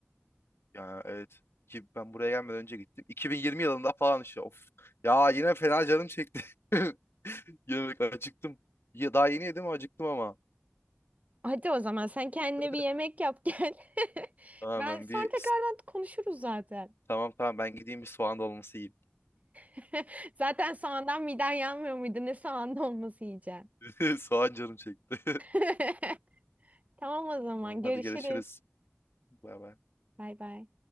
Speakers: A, on the left (about 75°); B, on the right (about 35°).
A: Yani evet ki ben buraya gelmeden önce gittim. 2020 yılında falan işte of. Ya yine fena canım çekti. <laughs> Yemek acıktım. Ya daha yeni yedim acıktım ama.
B: Hadi o zaman sen kendine
A: <laughs>
B: bir yemek yap gel. <laughs>
A: Tamamen
B: Ben sonra
A: bir
B: tekrardan konuşuruz zaten.
A: tamam tamam ben gideyim bir soğan dolması yiyeyim.
B: <laughs> Zaten soğandan miden yanmıyor muydu? Ne soğanlı olması yiyeceğim.
A: <laughs> Soğan canım çekti.
B: <laughs> Tamam o zaman
A: Tamam, Hadi
B: görüşürüz.
A: görüşürüz. Bay bay.
B: Bay bay.